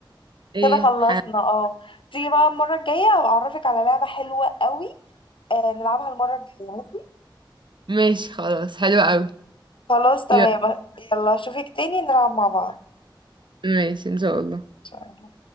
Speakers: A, on the right; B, on the left.
A: ايه
B: كده خلصنا
A: ح...
B: اه تيجي بقى المرة الجاية أعرفك على لعبة حلوة قوي آه نلعبها المرة الجاية ماشي؟
A: ماشي خلاص حلو قوي
B: خلاص تمام
A: يلا
B: يلا أشوفك تاني نلعب مع بعض إن
A: ماشي ان شاء الله
B: شاء الله